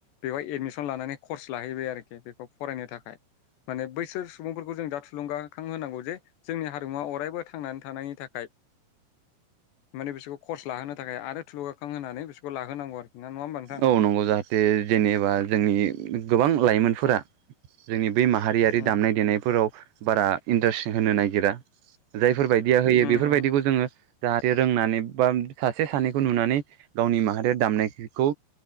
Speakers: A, on the left; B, on the right.
A: बेवाय एडमिसन लानानै कर्स लाहैबाय आरोखि बेखौ फरायनो था खाय माने बैसोर सुबुंफोरखौ जों दा थुलुंगाखां होनांगौ जे जोंनि हारिमुवा अरायबो थांनानै थानायनि थाखाय माने बिसोरखौ कर्स लाहोनो थाखाय आरो थुलुंगाखां होनानै बिसोरखौ लाहोनांगौ आरो। नङा होमबा नोंथां?
B: औ नंगौ जाहाथे जेनेबा जोंनि गोबां लाइमोनफोरा जोंनि बे माहारियारि
A: उम
B: दामनाय देनायफोराव बारा इन्ट्रेस्ट होनो नागिरा जायफोरबायदिया होयो
A: उम
B: बेफोरबायदिखौ
A: उम
B: जोङो जाहाथे रोंनानै बा सासे सानैखौ नुनानै गावनि माहारिया दामनाय खौ